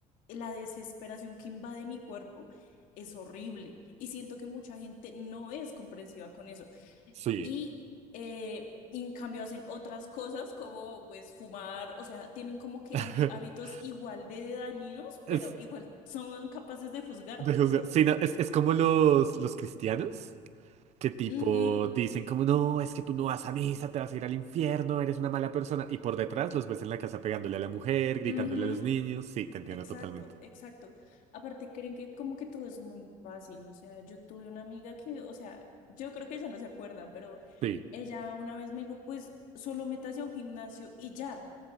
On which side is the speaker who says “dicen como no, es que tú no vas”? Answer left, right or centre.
Right